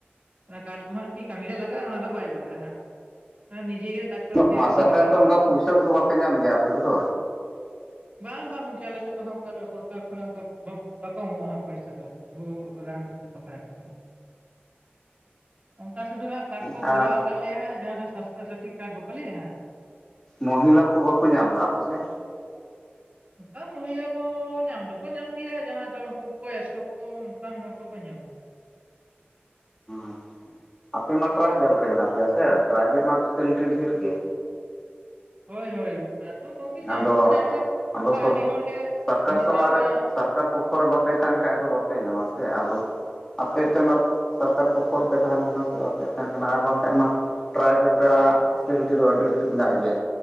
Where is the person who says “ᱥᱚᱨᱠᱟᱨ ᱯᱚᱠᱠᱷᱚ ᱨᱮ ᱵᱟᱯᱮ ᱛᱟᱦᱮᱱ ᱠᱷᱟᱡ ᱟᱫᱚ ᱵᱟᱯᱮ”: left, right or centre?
Left